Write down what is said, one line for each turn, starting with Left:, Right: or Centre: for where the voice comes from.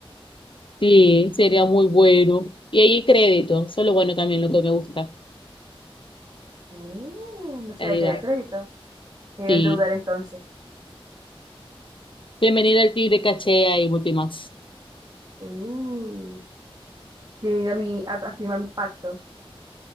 Left: sí, sería muy bueno. Y ahí el crédito, eso es lo bueno también, lo que me gusta, la
Right: Uh, no sabía
Left: realidad.
Right: que había crédito. Me iba
Left: Sí.
Right: a endeudar entonces.
Left: Bienvenido al Tigre Cachea y Multimax.
Right: Uh, bienvenido a, mi, a, a firmar mi pacto.